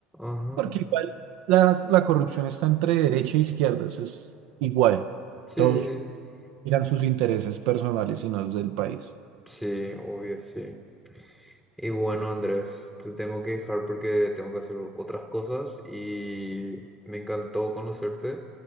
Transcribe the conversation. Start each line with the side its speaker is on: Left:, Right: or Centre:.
Centre: Ajá.
Right: Porque igual la, la corrupción está entre derecha e izquierda, eso es igual.
Centre: Sí,
Right: Todos
Centre: sí, sí.
Right: miran sus intereses personales y no los del país.
Centre: Sí, obvio, sí. Y bueno, Andrés, te tengo que dejar porque tengo que hacer otras cosas y me encantó conocerte